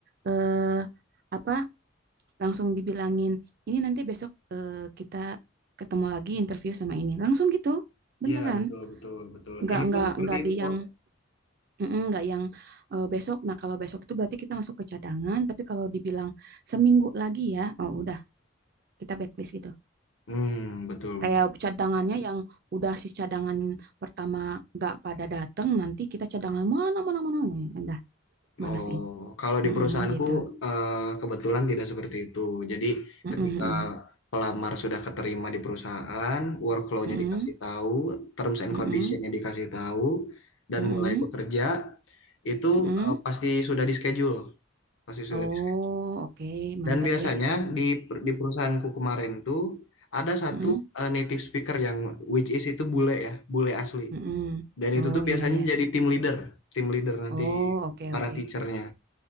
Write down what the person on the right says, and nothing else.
eh, apa langsung dibilangin ini nanti besok eh, kita ketemu lagi interview sama ini. Langsung gitu. Beneran.
Nggak
nggak
nggak
di
yang mm-mm, nggak yang eh, besok. Nah, kalau besok itu berarti kita masuk ke cadangan, tapi kalau dibilang seminggu lagi ya, oh udah kita backlist gitu.
Kayak cadangannya yang udah si cadangan pertama nggak pada datang, nanti kita cadangan mana mana mana nih, udah
balesin,
Mm-mm,
gitu.
Mm-mm,
mm-mm,
mm-mm,
mm-mm,
mm-mm,
mm-mm.
Oh,
oke, mantap
ya.
Mm-mm,
mm-mm.
Oh
iya
ya.
Oh oke
oke.